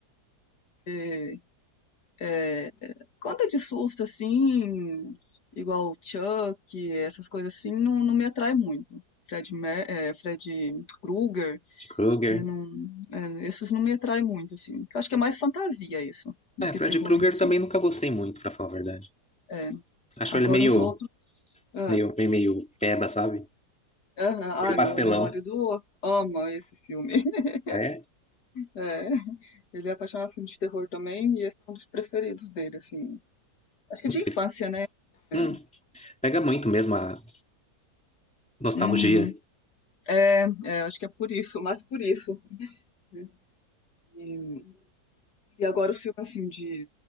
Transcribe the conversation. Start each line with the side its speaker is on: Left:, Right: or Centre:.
Left: é, é, conta de susto, assim, igual Chuck, essas coisas assim, não, não me atrai muito. Fred, Mer, é, Fred Krueger,
Centre: Fred Krueger.
Left: né, não, é, esses não me atraem muito, assim. Eu acho que é mais fantasia isso, do
Centre: É,
Left: que
Centre: Fred
Left: terror
Centre: Krueger
Left: em si.
Centre: também nunca gostei muito, pra falar a verdade.
Left: É,
Centre: Acho
Left: agora
Centre: ele meio,
Left: os outros. É,
Centre: meio, meio, meio peba, sabe?
Left: é, ai,
Centre: Meio pastelão.
Left: meu, meu marido ama esse filme. <laughs>
Centre: É,
Left: É, ele é apaixonado por filme de terror também, e esse é um dos preferidos dele, assim. Acho que
Centre: incrível.
Left: é de infância, né? É.
Centre: Hum, pega muito mesmo a nostalgia.
Left: Uhum. É, é, acho que é por isso, <laughs> mas por isso. né? E, e agora o filme, assim, de,